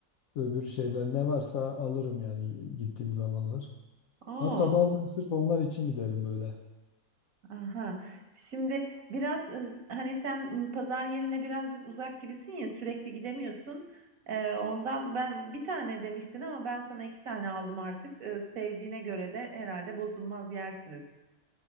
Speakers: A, on the left; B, on the right.
A: öbür şeyler ne varsa alırım yani gittiğim zamanlar.
B: Oo.
A: Hatta bazen sırf onlar için giderim böyle.
B: Aha. Şimdi biraz e, hani sen m, pazar yerine birazcık uzak gibisin ya sürekli gidemiyorsun. E, ondan ben bir tane demiştin ama ben sana iki tane aldım artık. E, sevdiğine göre de herhalde bozulmaz yersiniz.